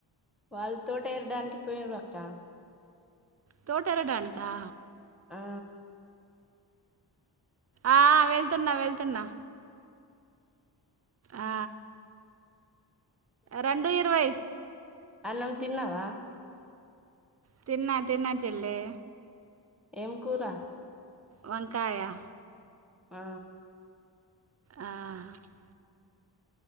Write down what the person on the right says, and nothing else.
తోట రటనుకా
ఆ వెళ్తున్నా వెళ్తున్నా ఆ, రెండు ఇరవై
తనా తనా చేల్ల్లే
వంకాయా
ఆ, ఆ,